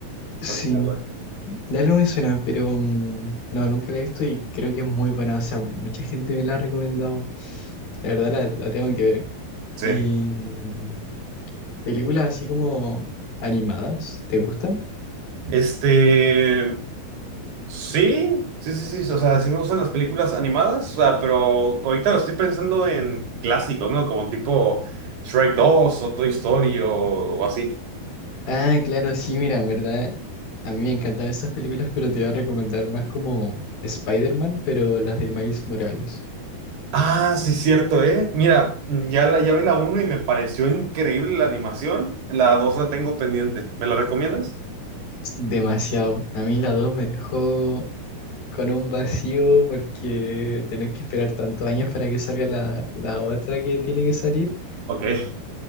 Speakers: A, on the left (about 65°); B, on the right (about 85°).
A: Sí,
B: No tenía duda.
A: de algo me suena, pero mm, no, nunca la he visto y creo que es muy buena. O sea, mucha gente me la ha recomendado. La verdad la, la tengo que ver.
B: Sí.
A: Y, mm, películas así como animadas, ¿te gustan?
B: Este, sí, sí, sí, sí, o sea, sí me gustan las películas animadas, o sea, pero ahorita lo estoy pensando en clásicos, ¿no? Como tipo Shrek dos o Toy Story o, o así.
A: Ah, claro, sí, mira, en verdad. A mí me encantan estas películas, pero te voy a recomendar más como Spider-Man, pero las de Miles Morales.
B: Ah, sí, cierto, ¿eh? Mira, mm, ya, la, ya vi la uno y me pareció increíble la animación. La 2 la tengo pendiente. ¿Me la recomiendas?
A: Demasiado. A mí la 2 me dejó con un vacío porque tener que esperar tantos años para que salga la, la otra que tiene que salir.
B: Ok,